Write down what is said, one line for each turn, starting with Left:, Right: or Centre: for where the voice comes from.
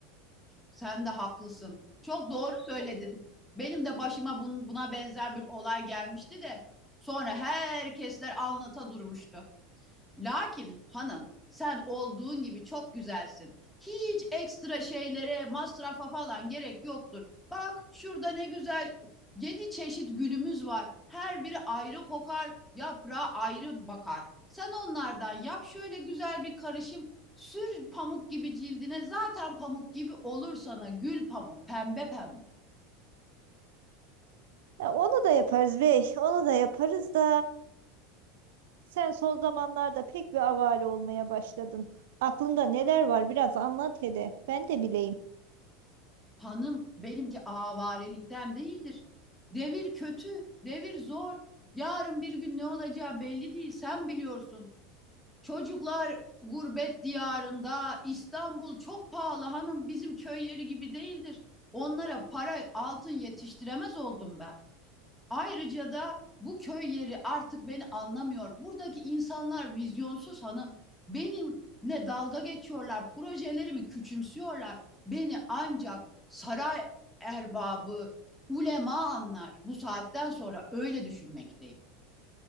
Centre: Sen de haklısın. Çok doğru söyledin. Benim de başıma bun- buna benzer bir olay gelmişti de sonra herkesler anlata durmuştu. Lakin hanım sen olduğun gibi çok güzelsin. Hiç ekstra şeylere, masrafa falan gerek yoktur. Bak şurada ne güzel yedi çeşit gülümüz var. Her biri ayrı kokar, yaprağı ayrı bakar. Sen onlardan yap şöyle güzel bir karışım. Sür pamuk gibi cildine zaten pamuk gibi olur sana gül pamuk pembe pembe.
Right: Ya onu da yaparız bey, onu da yaparız da sen son zamanlarda pek bir avare olmaya başladın. Aklında neler var biraz anlat hele, ben de bileyim.
Centre: Hanım benimki avarelikten değildir. Devir kötü, devir zor. Yarın bir gün ne olacağı belli değil, sen biliyorsun. Çocuklar gurbet diyarında, İstanbul çok pahalı hanım, bizim köy yeri gibi değildir. Onlara para, altın yetiştiremez oldum ben. Ayrıca da bu köy yeri artık beni anlamıyor. Buradaki insanlar vizyonsuz hanım. Benimle dalga geçiyorlar, projelerimi küçümsüyorlar. Beni ancak saray erbabı, ulema anlar. Bu saatten sonra öyle düşünmekteyim.